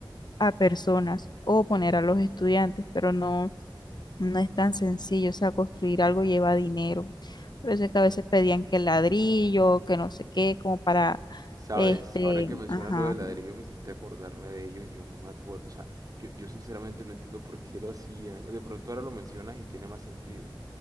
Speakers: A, on the left; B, on the right.
A: a personas o poner a los estudiantes, pero no no es tan sencillo, o sea, construir algo lleva dinero. Por eso es que a veces pedían que ladrillo, que no sé qué, como para,
B: Sabes,
A: este,
B: ahora que mencionas
A: ajá.
B: lo del ladrillo me hiciste acordarme de ello y yo no me acuerdo, o sea, yo, yo sinceramente no entiendo por qué lo hacían, de pronto ahora lo mencionas y tiene más sentido,